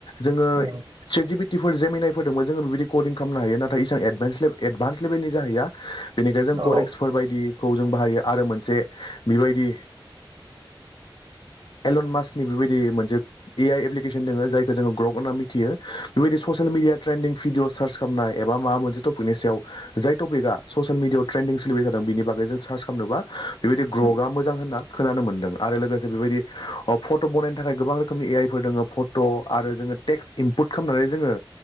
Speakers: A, on the left (about 60°); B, on the right (about 65°).
A: जोङो
B: औ
A: चेट जिपि टिफोर जेमनायफोर दोंबो जों बिबायदि कदिं खालामनो हायो नाथाय इसबां एडभाइस एडभान्स लेभेलनि जाहैया बेनिखाय जों
B: औ
A: कदेक्सफोर बायदि बाहायो आरो मोनसे बिबायदि एलन मासनि बेबायदि मोनसे ए आइ एप्लिकेसन दोङो जायखौ जोङो ग्रग होनना मिथियो बेबायदि social media trending video search खालामनाय एबा मा मोनसेटपिकनि सायाव जाय टपिकआ ससियेल मिडियायाव ट्रेन्ड सोलिबाय जादों बेनि बागै बागै जों सार्स खालामनोबा बेबादि ग्रगआ
B: उम
A: मोजां होनना खोनानो मोनदों आरो लोगोसे बेबादि अ पटग बानायनो थाखाय गोबां रोखोमनि ए आइ पट' आरो जोङो टेक्स इनपुट खालामनानै जोङो